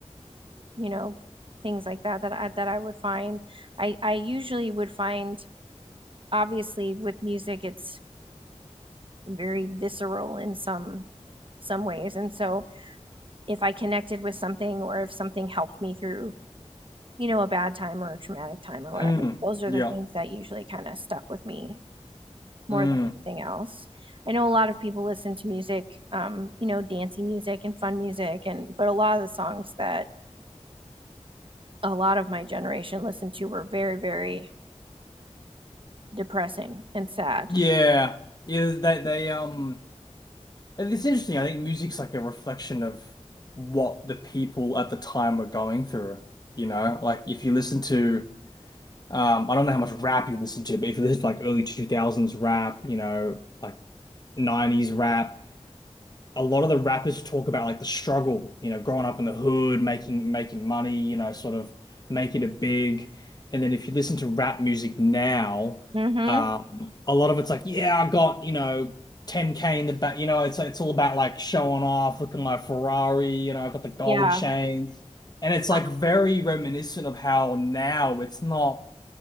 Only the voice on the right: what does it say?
you know, things like that that I that I would find. I I usually would find, obviously with music, it's very visceral in some some ways. And so if I connected with something or if something helped me through, you know, a bad time or a traumatic time or whatever.
Those are
the things that usually kind of stuck with me more
than anything else. I know a lot of people listen to music, um, you know, dancey music and fun music and but a lot of the songs that a lot of my generation listened to were very, very depressing and sad.
Mm-hmm.
Yeah.
I